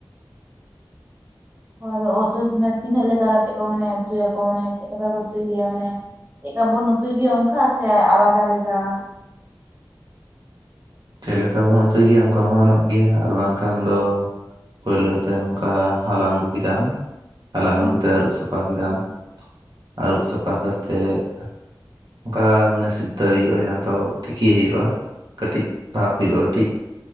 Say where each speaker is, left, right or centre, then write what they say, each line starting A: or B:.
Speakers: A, on the right; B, on the right.
A: ᱦᱳᱭ ᱟᱫᱚ ᱩᱫ ᱫᱚ ᱛᱤᱱᱟᱹᱜ ᱞᱮᱠᱟ ᱠᱟᱛᱮᱫ ᱠᱚ ᱢᱟᱱᱮ ᱩᱛᱩᱭᱟᱠᱚ ᱢᱟᱱᱮ ᱪᱮᱫ ᱞᱮᱠᱟ ᱠᱚ ᱩᱛᱩᱭ ᱜᱮᱭᱟ ᱢᱟᱱᱮ ᱼᱼ ᱪᱮᱫᱠᱟᱵᱚᱱ ᱩᱛᱩᱭ ᱜᱮᱭᱟ ᱚᱱᱠᱟ ᱥᱮ ᱟᱞᱟᱫᱟ ᱞᱮᱠᱟ?
B: ᱪᱮᱫ ᱞᱮᱠᱟ ᱵᱚᱱ ᱩᱛᱩᱭ ᱜᱮᱭᱟ ᱚᱱᱠᱟ ᱦᱚᱸ ᱜᱟᱱᱚᱜ ᱜᱮᱭᱟ ᱟᱨ ᱵᱟᱝᱠᱷᱟᱱ ᱫᱚ ᱼᱼ ᱯᱳᱭᱞᱳ ᱛᱮ <unintelligible> ᱱᱚᱝᱠᱟ ᱦᱟᱞᱟᱝ ᱟᱹᱜᱩ ᱠᱮᱫᱟᱢ ᱦᱟᱞᱟᱝ
A: ᱦᱮᱸ
B: ᱟᱹᱜᱩ ᱠᱟᱛᱮ ᱟᱹᱨᱩᱵ ᱥᱟᱯᱷᱟ ᱠᱮᱫᱟᱢ, ᱟᱹᱨᱩᱵ ᱥᱟᱯᱷᱟ ᱠᱟᱛᱮᱜ ᱚᱱᱠᱟ ᱢᱟᱱᱮ ᱥᱤᱫᱽᱫᱷᱚ ᱦᱩᱭᱩᱜᱼᱟ ᱡᱟᱦᱟᱸ ᱫᱚ ᱛᱤᱠᱤ ᱦᱩᱭᱩᱜᱼᱟ ᱠᱟᱹᱴᱤᱡ᱾ ᱫᱷᱟᱯ <unintelligible> ᱠᱟᱹᱴᱤᱡ।